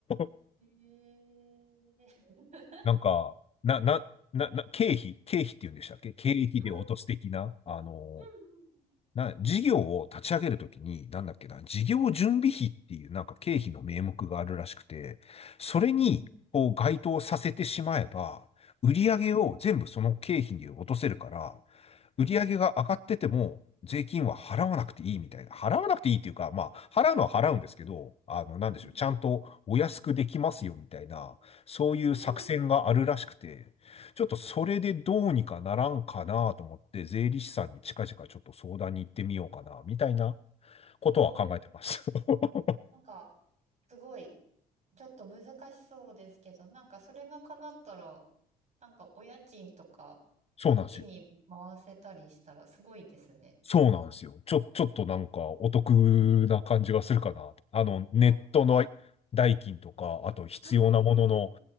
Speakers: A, on the left; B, on the right.
A: <laughs>
B: えー、<laughs>
A: なんか、な、な、な、な、経費、経費って言うんでしたっけ経費で落とす的な、
B: うん、
A: あの、
B: う
A: な、事業を立ち上げるときに、なんだっけな、事業準備費っていうなんか経費の名目があるらしくて、それにこう該当させてしまえば、
B: ん、うん。
A: 売り上げを全部その経費に落とせるから、売り上げが上がってても、
B: おはい。
A: 税金は払わなくていいみたいな。払わなくていいっていうか、まあ、払うのは払うんですけど、あの、なんでしょう、
B: うん、
A: ちゃんとお安くできますよみたいな、そういう作戦があるらしくて、
B: うん。
A: ちょっとそれでどうにかならんかなと思って、税理士さんに近々ちょっと相談に行ってみようかな、みたいなことは考えてます。
B: お
A: <laughs>
B: なんか、すごい、ちょっと難しそうですけど、なんかそれが叶ったら、なんかお家賃とか、
A: そうなんですよ。
B: そっちに回せたりしたらすごいですね。
A: そうなんですよ。ちょ、ちょっとなんかお得な感じがするかなと。あの、ネットの代金とか、
B: そうです。
A: あと必要なものの、
B: ああ、うん、